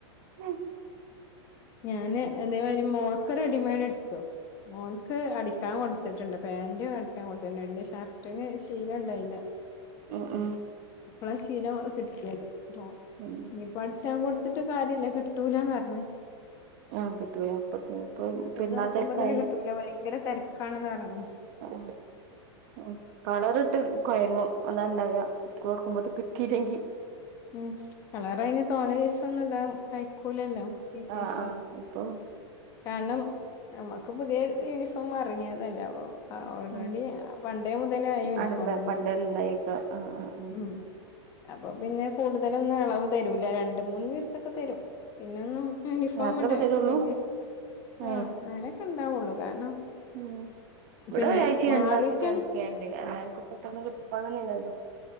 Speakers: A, on the right; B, on the left.
A: വരും
B: ഞാന് അതേമാതിരി മോൾക്ക് റെഡിമെയ്ഡ് എടുത്തു മോൻക്ക് അടിക്കാൻ കൊടുത്തിട്ടുണ്ട് പാൻ്റ് അടിക്കാൻ കൊടുത്തിട്ടുണ്ട് ഷർട്ടിന് ശീല ഉണ്ടായില്ല
A: ഉം
B: ഉ
A: ഉം
B: ഇപ്പഴാ ശീല കിട്ടിയത് അപ്പ
A: ഉം
B: ഇനിയിപ്പോ അടിച്ചാൻ കൊടുത്തിട്ട് കാര്യല്ല കിട്ടൂലാന്ന് പറഞ്ഞ്
A: ആഹ് കിട്ടൂല അപ്പത്തിന് ഇപ്പൊ
B: സ്കൂൾ
A: പെരുന്നാൾ
B: തുറക്കുമ്പത്തേന്
A: തിരക്കായി
B: കിട്ടൂല ഭയങ്കര തിരക്കാണെന്ന് പറങ്ങണ്
A: ആ ആ കളറിട്ട് കൊയങ്ങും അതാ ഉണ്ടായ സ്കൂൾ തൊറക്കുമ്പേ അത് കിട്ടിയില്ലെങ്കി
B: ഉം കളർ അതിന് തോന ദിവസം ഒന്നും ഇടാൻ അയക്കൂലല്ലോ ടീച്ചേഴ്സ്
A: ആ ആ ഇപ്പൊ
B: കാരണം നമ്മക്ക് പുതിയ യൂണിഫോം ഇറങ്ങിയതല്ലെ അപ്പം ആ ഓൾറെഡി
A: ഉം
B: പണ്ടേ മുതലേ ആ യൂണിഫോം
A: അടല്ല
B: തന്നെയാണ്
A: പണ്ടല്ലായൊക്കെ ആഹ് ആഹ് ഉം
B: മം അപ്പൊ പിന്നെ കൂടുതലൊന്നും ഇളവ് തരൂല രണ്ട് മൂന്ന് ദിവസൊക്കെ തരും പിന്നെ ഒന്നും യൂണിഫോം
A: യാത്രൊക്കെ
B: ഉണ്ടായിട്ടില്ലെങ്കി
A: തരുള്ളൂ
B: ആ
A: ഏഹ്
B: അങ്ങനൊക്കെ ഉണ്ടാവുള്ളൂ കാരണം
A: ഉം ഇവിടെ
B: പിന്നെ
A: ഒരാഴ്ചയും
B: മാറിട്ടാണ്
A: രണ്ടാഴ്ചൊക്കെ നിക്കേണ്ട് അല്ലാതെ പെട്ടെന്ന് കിട്ടിക്കോളണം എന്നില്ലല്ലോ